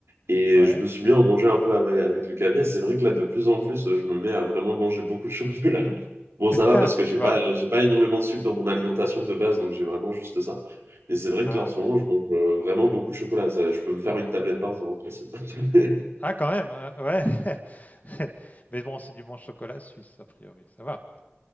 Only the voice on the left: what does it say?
ouais.
<laughs>
Tu
vois.
Ah
ouais.
Ah quand même, hein, ouais. <laughs> Mais bon, c'est du bon chocolat suisse a priori, ça va.